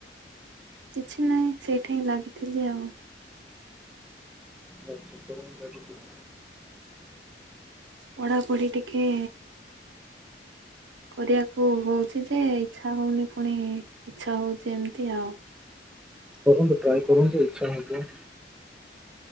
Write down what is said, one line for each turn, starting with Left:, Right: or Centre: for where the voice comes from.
Right: କିଛି ନାହିଁ ସେଇଠେଇଁ ଲାଗିଥିଲି ଆଉ।
Centre: ଆଉ ସେପଟେ ହିଁ ଲାଗିଥିଲା।
Right: ପଢ଼ାପଢ଼ି ଟିକେ କରିବାକୁ ହଉଛି ଯେ ଇଚ୍ଛା ହଉନି ଫୁଣି ଇଚ୍ଛା ହଉଛି ଏମିତି ଆଉ
Centre: କରନ୍ତୁ ଟ୍ରାଏ କରନ୍ତୁ ଇଚ୍ଛା ହଉଥିବ।